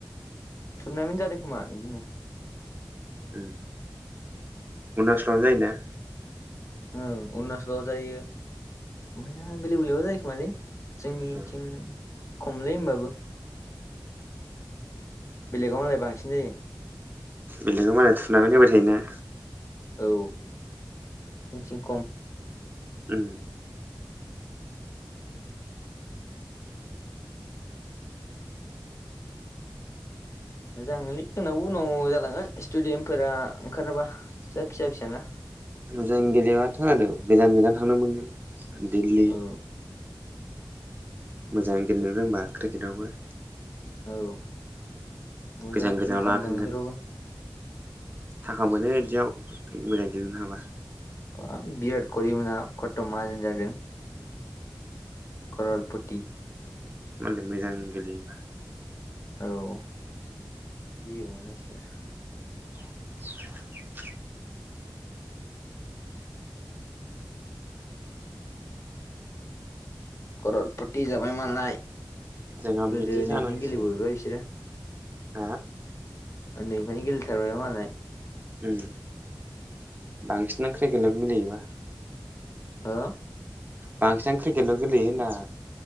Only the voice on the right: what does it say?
उम अरूणाचलाव जायोना
ओ
बिल्डिंखौ मालाय थुनानै होबाय थायोना
उम
मोजां गेलेबाथ' आरो गोजान-गोजान थांनो मोनगोन दिल्ली
मोजां गेलेनो रोंबा क्रिकेटावबो
गोजान गोजानाव
लाना थांगोन
थाखा मोनो इदियाव मोजाङै गेलेनो हाबा
मालाय मोजां गेलेयोबा।
<unintelligible>
जोंहा
बिदि
जानांसिगोन
हा
उम बांसिनानो क्रिकेटल' गेलेयोबा
बांसिनानो क्रिकेटल' गेलेयो होनदां